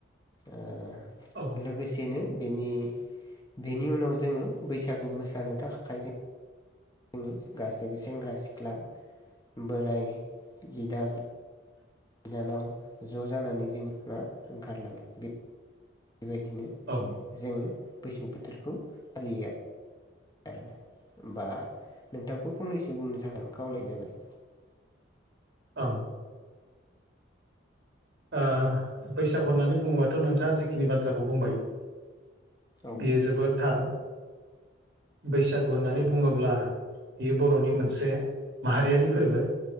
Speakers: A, on the left; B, on the right.
A: ओ
B: औ
A: लोगोसेनो बेनि बेनि उनाव जोङो बैसागु मोसानो थाखाय जों जोंनि गासैबो सेंग्रा सिख्ला बोराइ बिदा बिनानाव ज' जानानै जोंङ मा ओंखारलाङो। बेबायदिनो
B: औ।
A: जोङो बैसागु बोथोरखौ फालियो आ आरोना होमबा नोंथांखौ फंनैसो बुंनो थाखाय आं खावलायनाय जाबाय।
B: औ। आ बैसागु होननानै बुङोबाथ' नोंथाङा जिखिनि बाथ्राखौ बुंबाय।
A: औ
B: बियो जोबोद थार। बैसागु होननानै
A: औ
B: बुङोब्ला बियो बर'नि मोनसे माहारियारि फोरबो।